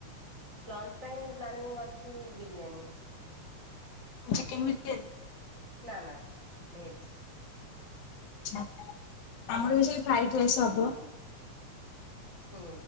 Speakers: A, on the right (about 25°); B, on the left (about 75°).
A: ଲଞ୍ଚ ପାଇଁ ପ୍ଲାନିଂ ଅଛି ବିରିୟାନୀ।
B: ଚିକେନ ବିରିୟାନୀ?
A: ନା, ନା ଭେଜ।
B: ଆଛା, ଆମର ବି ସେଇ ଫ୍ରାଇଡାଇସ୍ ହବ।
A: ହୁଁ,